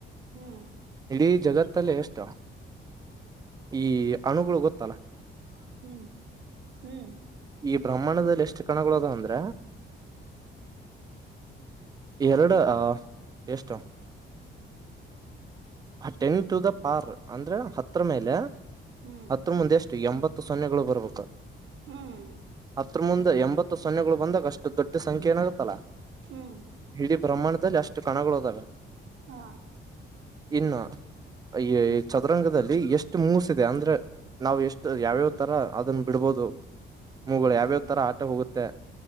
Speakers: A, on the right (about 65°); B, on the right (about 20°).
A: ಹ್ಮ್
B: ಇಡೀ ಜಗತ್ತಲ್ಲೇ ಎಷ್ಟು ಈ ಅಣುಗಳು ಗೊತ್ತ ತಲ
A: ಹ್ಮ್ ಹ್ಮ್
B: ಈ ಬ್ರಹ್ಮಣದಲ್ಲಿ ಎಷ್ಟು ಕಣಗಳುದು ಅಂದ್ರೆ ಎರಡು ಅ ಎಷ್ಟು ಟೆನ್ ಟು ದ ಪಾರ್ ಅಂದ್ರೆ ಹತ್ರರ ಮೇಲೆ
A: ಹ್ಮ್
B: ಹತ್ತ ಮುಂದೆ ಎಷ್ಟು ಎಂಬತ್ತು ಸೊನ್ನೆಗಳು ಬರ್ಬೇಕ
A: ಹ್ಮ್
B: ಅ ಮುಂದೆ ಎಂಬತ್ತು ಸೊನ್ನೆಗಳು ಬಂದಾಗ ಅಷ್ಟು ದೊಡ್ಡ ಸಂಖ್ಯೆ ಏನಾಗಗತ್ತಲ್ಲಾ
A: ಹ್ಮ್
B: ಇಡೀ ಬ್ರಹ್ಮಾಂಡದಲ್ಲಿ ಅಷ್ಟು ಕಣಗಳುದಾವೆ
A: ಹಾ
B: ಇನ್ನ ಈ ಚದರಂಗದಲ್ಲಿ ಎಷ್ಟು ಮೂಸ ಇದೆ ಅಂದ್ರೆ ನಾ್ ಎಷ್ಟು ಯಾವ್ಯಾವ್ ತರ ಅದನ್ನ ಬಿಡ್ಬೋದು ಮೂಗಗಳು ಯಾವ್ಯಾವ್
A: ಹ್ಮ್
B: ತರ ಆಟ ಹೋಗುತ್ತೆ